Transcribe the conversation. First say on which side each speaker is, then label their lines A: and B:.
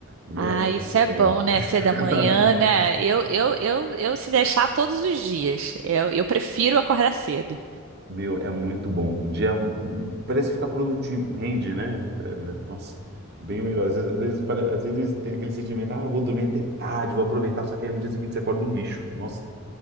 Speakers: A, on the right (about 45°); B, on the right (about 60°).
A: né?
B: Ah, isso é bom,
A: É.
B: né?
A: <laughs>
B: Ser da manhã, né? Eu, eu, eu, eu se deixar todos os dias. Eu, eu prefiro acordar cedo.
A: Meu, é muito bom. O dia hum, parece que fica produtivo, rende, né? É, é, nossa, bem melhor. Às vezes, às vezes, pare- às vezes tem aquele sentimento, ah, eu vou dormir até tarde, vou aproveitar, só que aí no dia seguinte você acorda um lixo. Nossa.